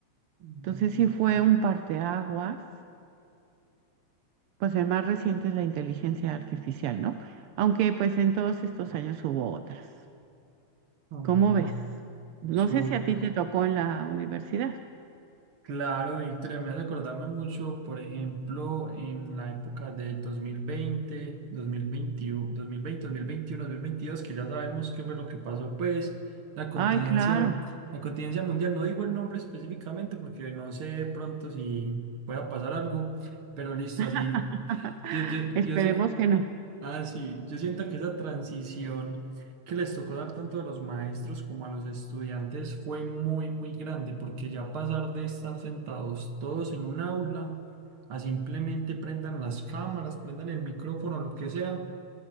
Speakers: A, on the right; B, on the right.
A: Mm,
B: Entonces sí fue un parteaguas, pues el más reciente es la inteligencia artificial, ¿no? Aunque pues en todos estos años hubo otras.
A: mm.
B: ¿Cómo ves? No
A: Súper,
B: sé si a ti te tocó en la universidad.
A: claro, Víctor, me hace acordarme mucho, por ejemplo, en la época del 2020, 2021, 2020, 2021, 2022, que ya sabemos qué fue lo que pasó, pues la contingencia,
B: Ay, claro.
A: la contingencia mundial, no digo el nombre específicamente porque no sé de pronto si pueda pasar algo, pero listo,
B: <laughs>
A: así, yo, yo,
B: Esperemos
A: yo sí-
B: que no.
A: Ah, sí, yo siento que esa transición que les tocó dar tanto a los maestros como a los estudiantes fue muy, muy grande, porque ya pasar de estar sentados todos en un aula a simplemente prendan las cámaras, prendan el micrófono, lo que sea,